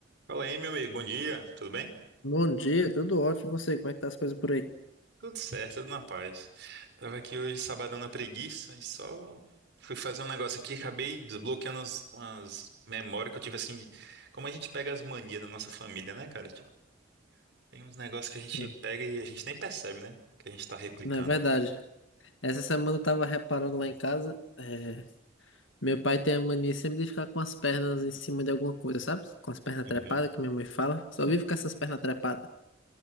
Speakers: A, on the right; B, on the left.
A: Fala aí, meu amigo, bom dia, tudo bem?
B: Bom dia, tudo ótimo. E Você, como é que tá as coisas por aí?
A: Tudo certo, tudo na paz. Tava aqui hoje sabadão na preguiça e só fui fazer um negócio aqui, acabei desbloqueando umas, umas memórias que eu tive assim, de- como a gente pega as manias da nossa família, né, cara? Tipo, Tem uns negócios que a gente
B: Não,
A: pega e a gente nem percebe, né? Que a gente tá replicando.
B: não é verdade. Essa semana eu tava reparando lá em casa. é, Meu pai tem a mania sempre de ficar com as pernas em cima de alguma coisa, sabe? Com as pernas
A: Uhum.
B: trepadas, que minha mãe fala. Só vive com essas pernas trepadas.